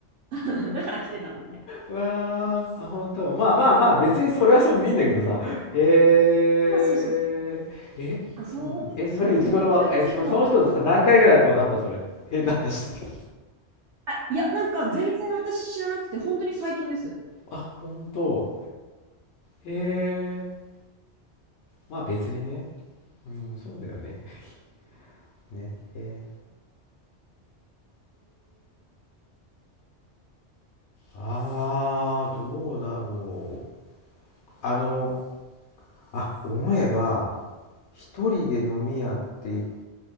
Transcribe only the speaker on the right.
んですよ。<laughs> だから来てたみたいな。
まあ、そうそうそう。
まあそうですね。
まあ、とりあえず、
もう、
あ、いや、なんか全然私知らなくて、本当に最近です。